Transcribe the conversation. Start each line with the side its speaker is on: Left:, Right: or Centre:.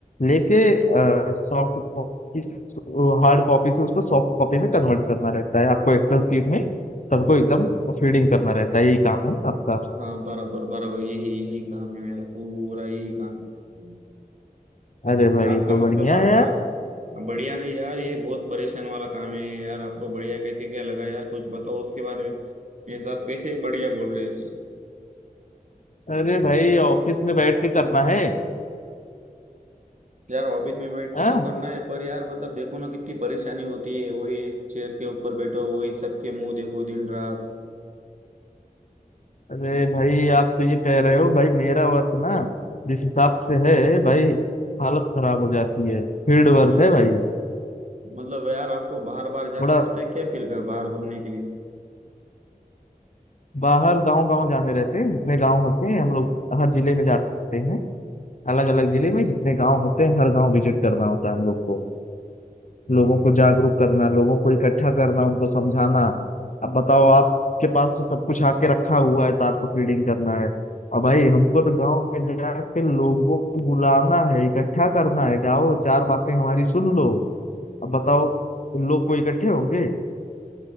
Left: लेके सॉफ्ट कॉपी हार्ड कॉपी से उसको सॉफ्ट कॉपी में कन्वर्ट करना रहता है आपको एक्सेल शीट में सबको एकदम फीडिंग करना रहता है यही काम है ना आपका
Right: हाँ बराबर बराबर यही यही काम है मेरा पूरा यही काम है
Left: अरे भाई
Right: आपका
Left: ये तो
Right: मतलब
Left: बढ़िया
Right: आपका
Left: है यार
Right: बढ़िया नहीं यार ये बहुत परेशान वाला काम है यार आपको बढ़िया कैसे क्या लगा यार कुछ बताओ उसके बारे में ये सब कैसे बढ़िया बोल रहे हैं
Left: अरे भाई ऑफिस में बैठ के करना है
Right: यार ऑफिस में बैठ के
Left: हाँ
Right: तो करना है पर यार मतलब देखो ना कितनी परेशानी होती है वही एक चेयर के ऊपर बैठो वही सबके मुंह देखो दिन रात
Left: अरे भाई आप तो ये कह रहे हो भाई मेरा वर्क ना जिस हिसाब से है भाई हालत खराब हो जाती है फील्ड वर्क
Right: मीन्स
Left: है भाई
Right: मतलब यार आपको बाहर बाहर जाना
Left: थोड़ा
Right: पड़ता है क्या फिर घर- बाहर घूमने के लिए
Left: बाहर गांव गांव जाने रहते हैं जितने गांव होते हैं हम लोग हर जिले में जाते हैं अलग अलग जिले में जितने गांव होते हैं हर गांव विजिट करना होता है हम लोग को लोगों को जागरूक करना लोगों को इकट्ठा करना उनको समझाना अब बताओ आपके पास तो सब कुछ आके रखा हुआ है तो आपको फीडिंग करना है और भाई हमको तो गांव में जाके लोगों को बुलाना है इकट्ठा करना है जाओ चार बातें हमारी सुन लो अब बताओ उन लोग को इकट्ठे होंगे